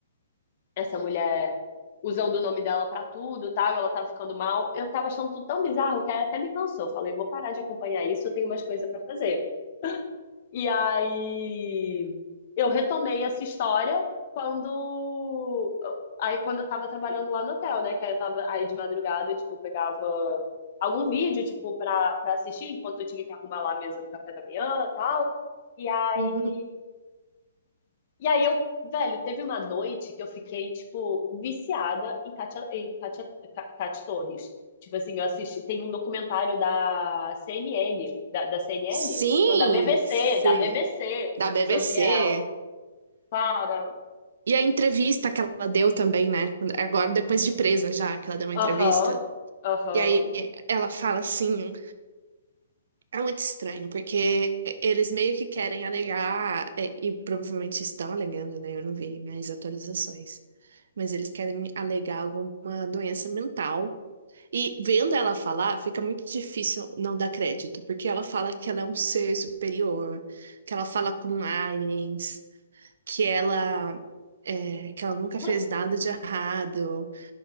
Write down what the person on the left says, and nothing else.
essa mulher usando o nome dela pra tudo, tal, e ela tava ficando mal. Eu tava achando tudo tão bizarro que aí até me cansou. Falei, vou parar de acompanhar isso, eu tenho umas coisas pra fazer. E aí eu retomei essa história quando aí quando eu tava trabalhando lá no hotel, né? Que aí eu tava aí de madrugada, eu, tipo, pegava algum vídeo, tipo, pra, pra assistir enquanto eu tinha que arrumar lá a mesa do café da manhã e tal. E aí
e aí eu, velho, teve uma noite que eu fiquei, tipo, viciada em Cátia, em Cátia, Ca- Cátia Torres. Tipo assim, eu assisti, tem um documentário da CNN, da, da CNN?
Não, da BBC,
da BBC,
sobre ela. Cara,
aham,
aham.
Você...